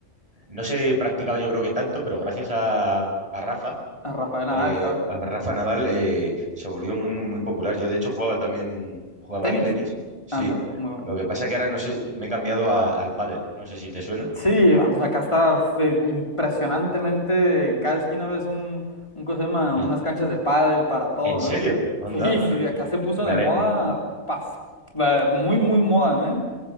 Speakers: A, on the right; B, on the left.
A: no se practicaba yo creo que tanto, pero gracias a, a Rafa,
B: A Rafael Nadal,
A: eh,
B: claro.
A: a Rafa Nadal, eh, se volvió muy, muy, muy popular. Yo de hecho jugaba también, jugaba
B: Tenis,
A: al tenis, sí.
B: ándale, muy bueno.
A: Lo que pasa que ahora no sé, me he cambiado a- al pádel, no sé si te suena.
B: Sí, ah, pues acá está fe- impresionantemente, en cada esquina ves un, un, ¿cómo se llama?
A: ¿En,
B: Unas canchas de pádel para todo,
A: en serio?
B: ¿no?
A: Onda,
B: Sí,
A: pues,
B: sí, acá se puso
A: me
B: de
A: ale-
B: moda, pas- va, muy, muy moda, ¿eh?